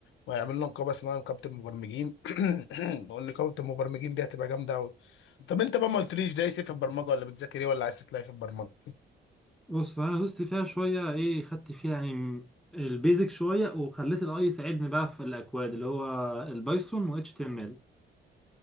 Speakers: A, on the left; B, in the centre.
A: وهيعمل لنا نقابه اسمها نقابه المبرمجين <clears throat> ونقابه المبرمجين دي هتبقى جامده قوي طب انت بقى ما قلتليش دايس إيه في البرمجه ولا بتذاكر ايه ولا عايز تطلع إيه في البرمجه
B: بص انا دوست فيها شويه ايه خدت فيها يعني البيزك شويه وخليت الاي يساعدني بقى في الاكواد اللي هو البايثون و اتش تي ام ال